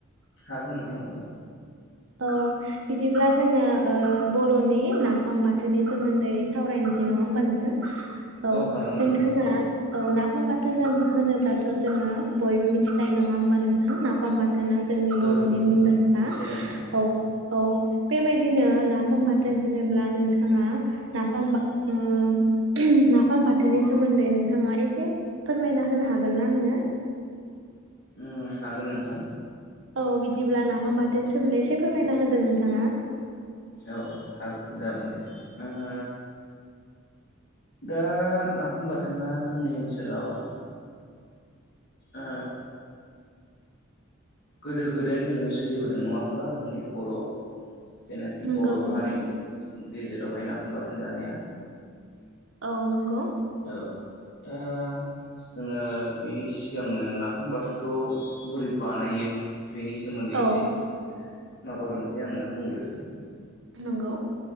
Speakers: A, on the left; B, on the right.
A: हागोन नोंथां हागोन।
B: अ बिदिब्ला जोङो ओ बरनि नाफाम बाथोननि सोमोन्दै सावरायनोसै नङा होमबा नोंथां। औ
A: हागोन नोंथां
B: नोंथाङा
A: हागोन
B: औ ना। नाफाम बाथोननो होनोब्लाथ‌ जोङो बयबो मिथिखायो नङा होमबा नोंथां नाफाम बाथोन। दाना जोंनि बर'नि
A: औ हागोन नोंथां हागोन औ नोंथां
B: मुंदांखा
A: मिथियो नोंथां
B: औ बेबायदिनो ना नाफाम बाथोन होनोब्ला नोंथाङा नाफाम बा ओ नाफाम बाथोननि सोमोन्दै नोंथाङा एसे फोरमायना होनो हागोन ना आंनो?
A: ओ‌ हागोन नोंथां
B: औ बिदिब्ला नाफाम बाथोन सोमोन्दै एसे फोरमायना होदो नोंथाङा।
A: औ हाग जागोन दे आङो दा नाफुम बाथोना जोंनि ओनसोलाव ओ गोदो गोदायनिफ्रायनो सोलिबोदों नङा होमबा? जोंनि बर' जेनाखि
B: नंगौ
A: बर'
B: नोंथां
A: हारिनि गेजेरावहाय नाफाम बाथोन जानाया
B: औ नंगौ ।
A: औ दा जोङो बेनि सिगांनो नाफाम बाथोनखौ बोरै बानायो बेनि सोमोन्दै
B: औ
A: एसे माबाग्रोनोसै आङो बुंग्रोसै ।
B: नंगौ